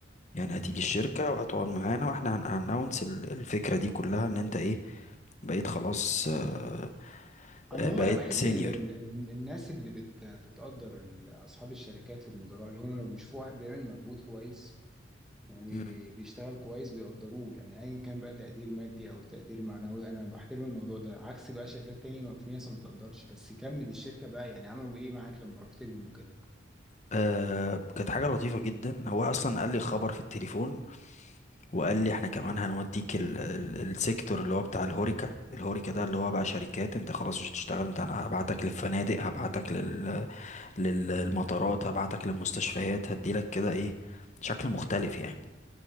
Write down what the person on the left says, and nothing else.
يعني هتيجي الشركة
وهتقعد معانا واحنا هن اناونس الفكرة دي كلها ان انت ايه بقيت خلاص آه،
آه،
بقيت
سينيور
مم.
آه كانت حاجة لطيفة جدا هو أصلا قال لي خبر في التليفون وقال لي احنا كمان هنوديك ال ال السيكتور اللي هو بتاع الهوريكا الهوريكا ده اللي هو بقى شركات انت خلاص مش هتشتغل انت انا هبعتك للفنادق هبعتك لل للمطارات هبعتك للمستشفيات هديلك كده ايه شكل مختلف يعني